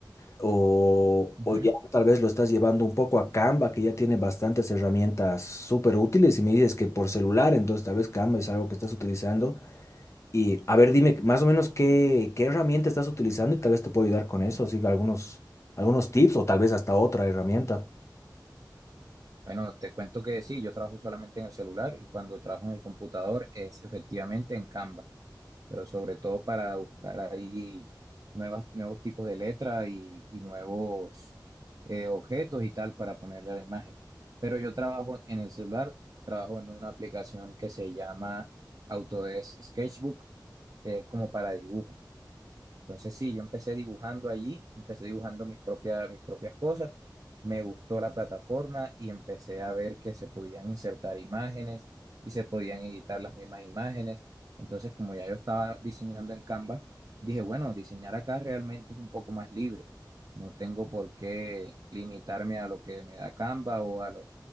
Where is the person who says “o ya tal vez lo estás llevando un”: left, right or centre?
Left